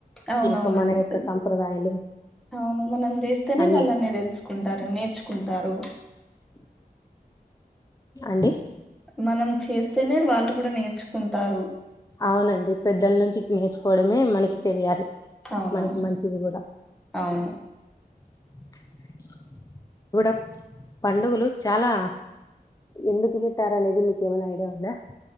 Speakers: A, in the centre; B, on the left (about 20°).
A: అవునవునంతె
B: ఈ యొక్క మన యొక్క సంప్రదాయాలు
A: అవును మనం చేస్తేనే
B: అన్ని
A: వాళ్ళన్ని తెలుసుకుంటారు నేర్చుకుంటారు
B: అండి
A: మనం చేస్ తేనే వాళ్ళు కూడా నేర్చుకుం టారు
B: అవునండి పెద్దల నుంచి నేర్చుకోవడమే మనకి తెలియాలి
A: అవునవును
B: మనకి మంచిది కూడా
A: అవును
B: <unintelligible> పండుగలు డు చాలా ఎందుకు పెట్టారనేది మీకేమైనా ఐడియా ఉందా